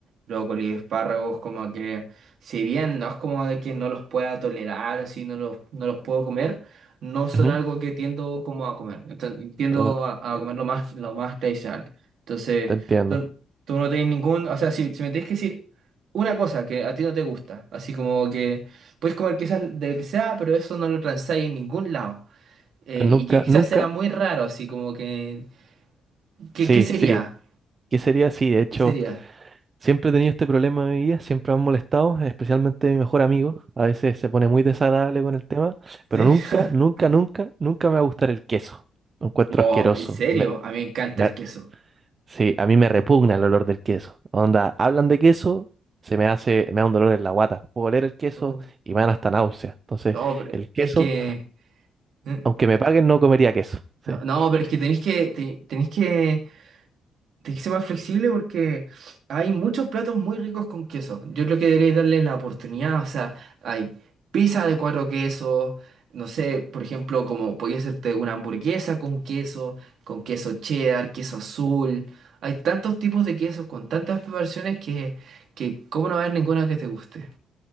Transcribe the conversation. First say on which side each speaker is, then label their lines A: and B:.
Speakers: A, on the right; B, on the right.
A: brócoli, espárragos, como que si bien no es como de que no los pueda tolerar, así no los, no los puedo comer, no son
B: Ujú,
A: algo que tiendo como a comer. Enten- tiendo
B: Omar,
A: a, a comer lo más, lo más tradicional. Entonces,
B: te entiendo.
A: tú, tú no tenés ningún, o sea, si, si me tenés que decir una cosa que a ti no te gusta, así como que puedes comer quizás de lo que sea, pero eso no lo transáis en ningún lado. eh,
B: Nunca,
A: y que quizás
B: nunca,
A: sea muy raro, así como que, qué
B: sí,
A: ¿qué sería?
B: sí, ¿qué sería? Sí, de hecho,
A: ¿Qué sería?
B: siempre he tenido este problema en mi vida, siempre me han molestado, especialmente mi mejor amigo, a veces se pone muy desagradable con el tema, pero
A: ¿Sí?
B: nunca,
A: <laughs>
B: nunca, nunca, nunca me va a gustar el queso, lo encuentro
A: Oh,
B: asqueroso,
A: ¿en serio?
B: me,
A: A mí me encanta
B: me-
A: el queso.
B: sí, a mí me repugna el olor del queso, onda, hablan de queso, se me hace, me da un dolor en la guata, puedo oler el queso
A: No,
B: y me dan hasta náusea, entonces,
A: no, pero
B: el queso,
A: es que... mm,
B: aunque me paguen, no comería queso, sí.
A: No, no, pero es que tenéis que, te- tenéis que, tenéis que ser más flexible porque hay muchos platos muy ricos con queso. Yo creo que deberíais darle la oportunidad. O sea, hay pizza de cuatro quesos. No sé, por ejemplo, como podía hacerte una hamburguesa con queso, con queso cheddar, queso azul. Hay tantos tipos de quesos con tantas preparaciones que, que cómo no va a haber ninguna que te guste.